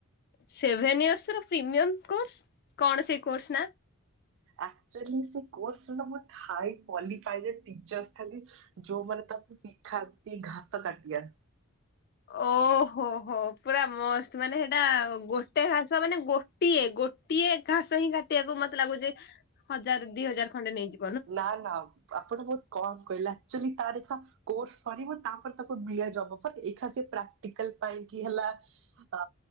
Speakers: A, on the left; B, on the right.
A: ସେଭେନ ଇୟର୍ସର ପ୍ରିମିୟମ୍ କୋର୍ସ କଣ ସେ କୋର୍ସ ନାଆ?
B: ଆକଚୋଲି ସେ କୋର୍ସରେ ନା ବୋହୁତ ହାଇ କ୍ୱାଲିଫାୟାର ଟିଚରସ୍ ଥାଆନ୍ତି। ଯୋଉମାନେ ତାକୁ ଶିଖାନ୍ତି ଘାସ କାଟିବା।
A: ଓହୋ ହୋ ପୁରା ମସ୍ତ ମାନେ ହେଟା ଗୋଟେ ଘାସ ମାନେ ଗୋ ଟିଏ ଗୋଟିଏ ଘାସ ହିଁ କାଟିବାକୁ ମତେ ଲାଗୁଚି ହଜାର ଦିଇ ହଜାର ଖଣ୍ଡେ ନେଇଯି
B: ନା ନା ଆପଣ ବୋହୁତ କମ୍ କହିଲେ ଆକଚୋଲି ତାରିଖ କୋର୍ସ ସରିବ ତାପରେ ତାକୁ ମିଳେ ଯବ ଅଫର ଏଏ ଖା ସେ ପ୍ରାକ୍ଟିକାଲ ପାଇଁ କି ହେଲା ଅ